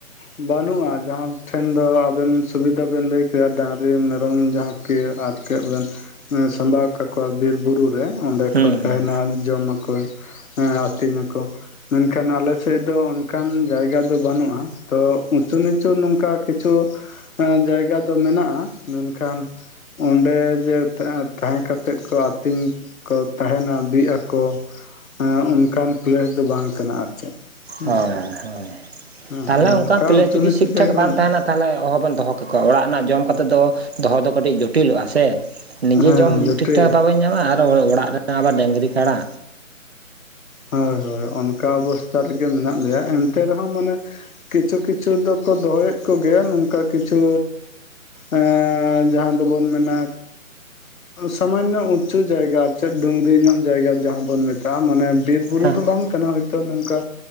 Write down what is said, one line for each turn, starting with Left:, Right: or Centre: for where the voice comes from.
Left: ᱵᱟᱹᱱᱩᱜᱼᱟ ᱡᱟᱦᱟᱸ ᱴᱷᱮᱱ ᱫᱚ ᱟᱵᱮᱱ ᱥᱩᱵᱤᱫᱷᱟ ᱵᱮᱱ ᱞᱟᱹᱭ ᱠᱮᱭᱟ ᱰᱟᱝᱨᱤ ᱢᱮᱨᱚᱢ ᱡᱟᱦᱟᱸ ᱠᱮ ᱟᱨᱠ ᱵᱮᱱ ᱥᱟᱢᱵᱟᱣ ᱠᱟᱠᱚᱣᱟ ᱵᱤᱨ ᱵᱩᱨᱩ ᱚᱸᱰᱮ
Right: ᱦᱩᱸ
Left: ᱠᱚ ᱛᱟᱦᱮᱱᱟ
Right: ᱦᱩᱸ
Left: ᱡᱚᱢᱟᱠᱚ ᱟᱹᱛᱤᱧ ᱟᱠᱚ ᱢᱮᱱᱠᱷᱟᱱ ᱟᱞᱮ ᱥᱮᱫ ᱫᱚ ᱚᱱᱠᱟᱱ ᱡᱟᱭᱜᱟ ᱫᱚ ᱵᱟᱹᱱᱩᱜᱼᱟ ᱛᱚ ᱩᱪᱩ ᱱᱤᱪᱩ ᱱᱚᱝᱠᱟ ᱠᱤᱪᱷᱩ ᱡᱟᱭᱜᱟ ᱫᱚ ᱢᱮᱱᱟᱜᱼᱟ ᱢᱮᱱᱠᱷᱟᱱ ᱚᱸᱰᱮ ᱡᱮ ᱛᱟᱦᱮᱸ ᱠᱟᱛᱮᱫ ᱠᱚ ᱟᱹᱛᱤᱧ ᱠᱚ ᱛᱟᱦᱮᱱᱟ ᱵᱤᱜ ᱟᱠᱚ ᱚᱱᱠᱟᱱ ᱯᱞᱮᱥ ᱫᱚ ᱵᱟᱝ ᱠᱟᱱᱟ ᱟᱨ ᱪᱮᱫ ᱦᱮᱸ
Right: ᱦᱭ ᱦᱭ
Left: ᱦᱮᱸ
Right: ᱛᱟᱦᱚᱞᱮ
Left: ᱱᱚᱝᱠᱟ
Right: ᱚᱱᱠᱟ ᱯᱞᱮᱥ
Left: ᱩᱸᱪᱩ
Right: ᱡᱩᱫᱤ
Left: ᱱᱤᱪᱩ
Right: ᱴᱷᱤᱠᱴᱷᱟᱠ
Left: ᱡᱟᱭᱜᱟ
Right: ᱵᱟᱝ
Left: ᱢᱮᱱᱟᱜᱼᱟ
Right: ᱛᱟᱦᱮᱱᱟ ᱛᱟᱦᱚᱞᱮ ᱚᱦᱚᱵᱮᱱ ᱫᱚᱦᱚ ᱠᱮᱠᱚᱣᱟ ᱚᱲᱟᱜ ᱨᱮᱱᱟᱜ ᱡᱚᱢ ᱠᱟᱛᱮ ᱫᱚ ᱫᱚᱦᱚ ᱫᱚ ᱠᱟᱹᱴᱤᱡ ᱡᱚᱴᱤᱞᱚᱜᱼᱟ ᱥᱮ ᱱᱤᱡᱮ
Left: ᱦᱮᱸ
Right: ᱡᱚᱢ
Left: ᱡᱚᱴᱤᱞ
Right: ᱴᱷᱤᱠᱴᱷᱟᱠ ᱵᱟᱝᱵᱮᱱ ᱧᱟᱢᱟ ᱟᱨ ᱚᱲᱟᱜ ᱨᱮᱱᱟᱜ ᱟᱵᱟᱨ ᱰᱟᱹᱝᱨᱤ ᱠᱟᱲᱟ
Left: ᱦᱳᱭ ᱦᱳᱭ ᱚᱱᱠᱟ ᱚᱵᱚᱥᱛᱟ ᱨᱮᱜᱮ ᱢᱮᱱᱟᱜ ᱞᱮᱭᱟ ᱮᱱᱛᱮ ᱨᱮᱦᱚᱸ ᱢᱟᱱᱮ ᱠᱤᱪᱷᱩ ᱠᱤᱪᱷᱩ ᱫᱚᱠᱚ ᱫᱚᱦᱚᱭᱮᱫ ᱠᱚᱜᱮᱭᱟ ᱱᱚᱝᱠᱟ ᱠᱤᱪᱷᱩ ᱮᱼ ᱡᱟᱦᱟᱸ ᱫᱚᱵᱚᱱ ᱢᱮᱱᱟ ᱥᱟᱢᱟᱱᱱᱚ ᱩᱪᱩ ᱡᱟᱭᱜᱟ ᱪᱮᱫ ᱰᱩᱝᱨᱤ ᱧᱚᱜ ᱡᱟᱭᱜᱟ ᱡᱟᱦᱟᱸ ᱵᱚᱱ ᱢᱮᱛᱟᱜᱼᱟ ᱢᱟᱱᱮ ᱵᱤᱨ ᱵᱩᱨᱩ
Right: ᱦᱮᱸ
Left: ᱫᱚ ᱵᱟᱝ ᱠᱟᱱᱟ ᱦᱭᱛᱚ ᱱᱚᱝᱠᱟ